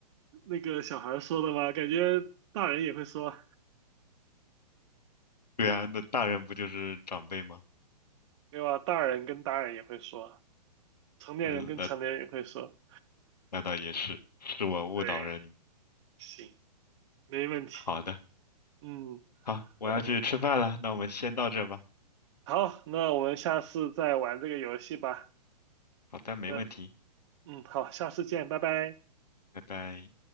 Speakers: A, on the right (about 45°); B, on the left (about 75°).
A: 那个小孩说的吗？感觉大人也会说，
B: 对啊，那大人不就是长辈吗？
A: 对吧？大人跟大人也会说，成年人跟成年人也会说。
B: 嗯，那那倒也是，是我误导了你。
A: 对，行，没问题。
B: 好的。
A: 嗯，
B: 好，我要去吃饭了，
A: 我
B: 那我们先到这吧。
A: 好，那我们下次再玩这个游戏吧。
B: 好的，没问题，
A: 那嗯，好，下次见，拜拜。
B: 拜拜。